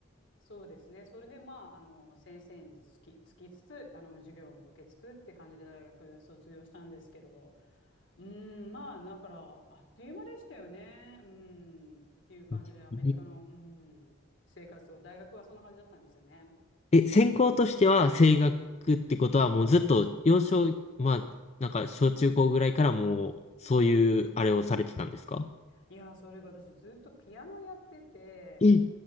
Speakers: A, on the left; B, on the left.
A: そうですね。それで、まあ、あの、先生につき、つきつつ、あの、授業も受けつくって感じで大学卒業したんですけれど、うーん、まあ、だから、あっという間でしたよね。うーん、っていう感じで、
B: <laughs>
A: アメリカの、うーん、生活を、大学はそんな感じだったんですよね。
B: え、専攻としては声楽ってことはもうずっと幼少、まあ、なんか小中高ぐらいからもうそういうあれをされてたんですか
A: いやー、それが私、ずっとピアノやってて、
B: え、